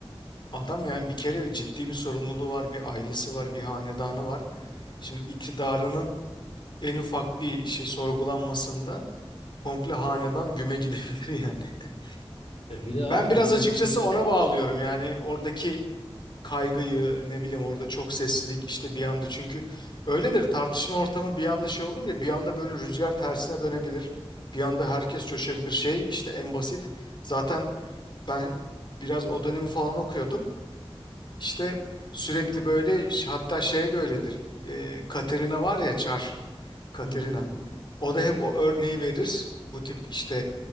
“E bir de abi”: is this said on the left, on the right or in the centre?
Left